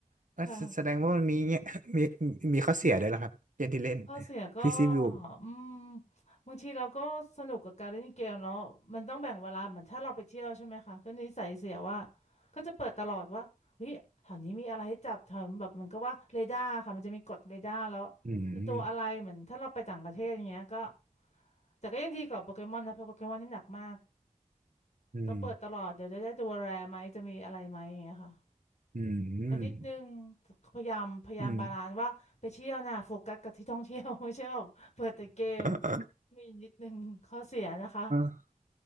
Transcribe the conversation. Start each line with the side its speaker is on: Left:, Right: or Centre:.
Right: เอ้อแสแสดงว่ามันมีเงี้ย
Left: ค่ะ
Right: <laughs> มีมีข้อเสียด้วยเหรอครับเกมที่เล่น
Left: ข้อเสียก็
Right: พีซีบิว
Left: อืมบางทีเราก็สนุกกับการเล่นเกมแล้วมันต้องแบ่งเวลาเหมือนถ้าเราไปเที่ยวใช่ไหมคะก็นิสัยเสียว่าก็จะเปิดตลอดว่าเฮ้ยแถวนี้มีอะไรให้จับแถวแบบมันก็ว่าเรดาร์ค่ะมันจะมีกดเรดาร์แล้วไอ้ตัวอะไรเหมือนถ้าเราไปต่างประเทศอย่างเงี้ยก็
Right: อืม
Left: แต่ก็ยังดีกว่าโปเกมอนนะเพราะโปเกมอนนี่หนักมาก
Right: อืม
Left: ต้องเปิดตลอดเดี๋ยวจะได้ตัวแรร์ไหมจะมีอะไรไหมอย่างเงี้ยค่ะ
Right: อืม
Left: กันนิดนึงพยายามพยายามบาลานซ์ว่าไปเที่ยวน่ะโฟกัสกับที่ท่องเที่ยว
Right: อืม
Left: <laughs> ไม่ใช่แบบเปิดแต่เกม
Right: <coughs>
Left: มีนิดนึงข้อเสียนะคะ
Right: อ่า